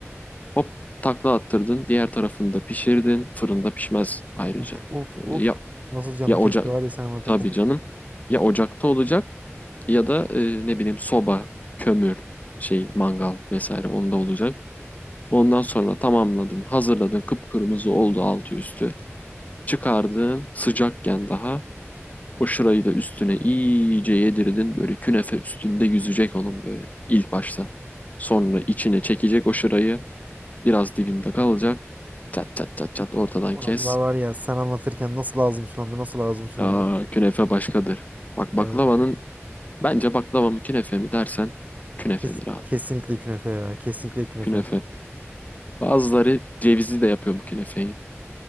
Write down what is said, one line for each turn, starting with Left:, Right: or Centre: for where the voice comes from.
Left: Hop takla attırdın. Diğer tarafını da pişirdin. Fırında pişmez ayrıca.
Right: Uf uf
Left: Ee,
Right: uf.
Left: Ya,
Right: Nasıl canım
Left: ya
Right: çekti
Left: ocak
Right: var ya sen anlatırken.
Left: tabii canım. Ya ocakta olacak ya da e, ne bileyim soba, kömür, şey mangal vesaire onda olacak. Ondan sonra tamamladın, hazırladın, kıpkırmızı oldu altı üstü. Çıkardın sıcakken daha. O şırayı da üstüne iyice yedirdin. Böyle künefe üstünde yüzecek onun böyle ilk başta. Sonra içine çekecek o şırayı. Biraz dibinde kalacak. Çat çat çat çat ortadan
Right: Vallahi
Left: kes.
Right: var ya sen anlatırken nasıl ağzım sulandı nasıl ağzım sulandı.
Left: Aa, künefe başkadır. Bak baklavanın
Right: Evet.
Left: bence baklava mı künefe mi dersen künefedir
Right: Kes-
Left: abi.
Right: kesinlikle künefe ya. Kesinlikle künefe.
Left: Künefe. Bazıları cevizli de yapıyor bu künefeyi.